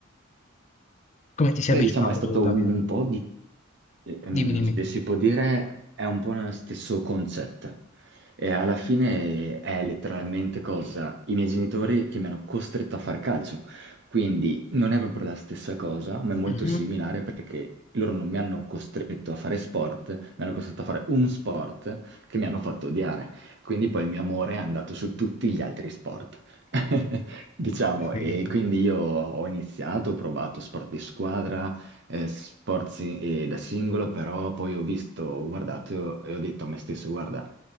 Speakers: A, on the left; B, on the right.
A: Come ti sei
B: Beh,
A: avvicinato
B: diciamo è stato
A: tu, Davide?
B: un po' di, ehm,
A: Dimmi, dimmi.
B: se si può dire, è un po' lo stesso concetto. E alla fine è letteralmente cosa? I miei genitori che mi hanno costretto a far calcio. Quindi non è proprio la stessa cosa, ma è molto
A: Mhm.
B: similare perché loro non mi hanno costretto a fare sport, mi hanno costretto a fare un sport che mi hanno fatto odiare. Quindi poi il mio amore è andato su tutti gli altri sport. <laughs> Diciamo,
A: No, ho capito.
B: e quindi io ho iniziato, ho provato sport di squadra, eh, sport si- eh, da singolo, però poi ho visto, ho guardato e ho detto a me stesso, guarda,